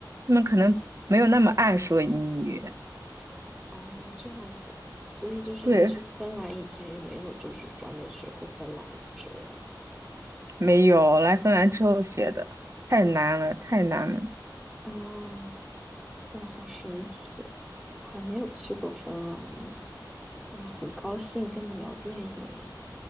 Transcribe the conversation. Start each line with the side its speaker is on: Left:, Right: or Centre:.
Right: 他们可能没有那么爱说英语。
Centre: 哦，这样子。所以就是你去芬兰以前也没有就是专门学过芬兰语之类的。
Right: 对，没有，来芬兰之后学的，太难了，太难了。
Centre: 哦，哇，好神奇！我还没有去过芬兰呢。啊，很高兴跟你聊电影。